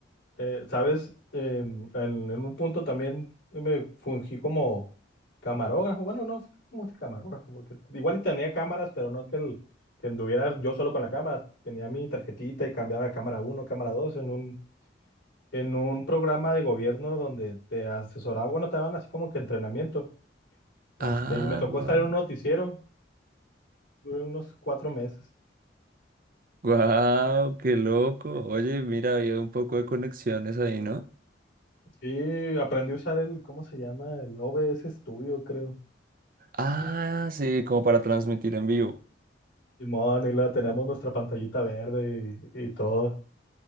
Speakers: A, on the left; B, on the right.
A: Eh, sabes, Eh, en, en un punto también me fungí como camarógrafo. Bueno, no sé cómo es camarógrafo, porque igual y tenía cámaras, pero no es que, el, que anduviera yo solo con la cámara. Tenía mi tarjetita y cambiaba de cámara uno cámara 2 en un en un programa de gobierno donde te asesoraba, bueno, te daban así como que entrenamiento, este,
B: Ah,
A: y me tocó
B: guau.
A: estar en un noticiero, duré unos cuatro meses.
B: Guau, qué loco. Oye, mira, había un poco de conexiones ahí, ¿no?
A: Sí, aprendí a usar el, ¿cómo se llama? El OBS Studio, creo.
B: Ah, sí, como para transmitir en vivo.
A: Simón, y luego teníamos nuestra pantallita verde y, y todo.